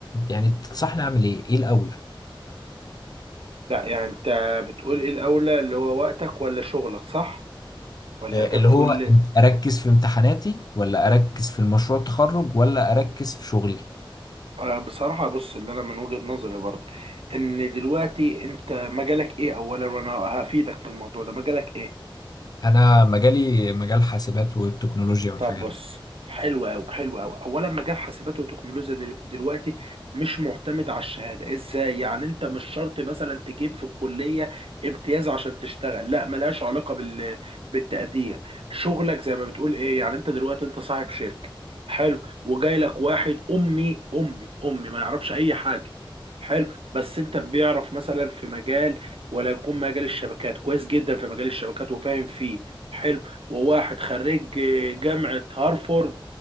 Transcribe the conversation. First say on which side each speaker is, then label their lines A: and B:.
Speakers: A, on the left; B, on the right.
A: يعني تنصحني اعمل ايه ايه الاول
B: لا يعني أنت بتقول إيه الأولى اللي هو وقتك ولا شغلك صح ولا
A: آه،
B: أنت بتقول
A: اللي هو اركز في امتحاناتي ولا اركز في المشروع التخرج ولا اركز في شغلي
B: آه، بصراحة بص اللي أنا من وجهة نظري برضه إن دلوقتي أنت مجالك إيه أولا وأنا هفيدك في الموضوع ده مجالك إيه
A: انا مجالي مجال حاسبات والتكنولوجيا والحاجات
B: طب بص
A: دي
B: حلو قوي حلو قوي اولا مجال حاسبات وتكنولوجيا دل- دلوقتي مش معتمد على الشهاده ازاي يعني انت مش شرط مثلا تجيب في الكليه امتياز عشان تشتغل لا ملهاش علاقه بال بالتقدير شغلك زي ما بتقول ايه يعني انت دلوقتي انت صاحب شركه حلو وجاي لك واحد امي امي امي ما يعرفش اي حاجه حلو بس انت بيعرف مثلا في مجال ولا يكون مجال الشبكات كويس جدا في مجال الشبكات وفاهم فيه حلو وواحد خريج جامعة هارفورد